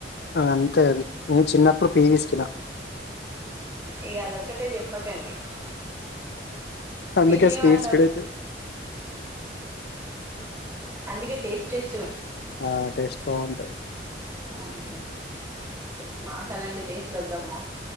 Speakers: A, on the left; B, on the right.
A: అది అంతే అది నేను చిన్నప్పుడు పీయివిసికిిన
B: ఇక అదొక్కటే చెప్పకండి
A: అందుకే
B: తినేవాళ్ళం
A: స్పీడ్ స్పీడ్ అయితది
B: అందుకే టేస్ట్ టేస్
A: ఆ టేస్ట్ బాగుంటాది
B: మ్ హు చి మాకు అలాంటి టేస్ట్లు వద్దమ్మా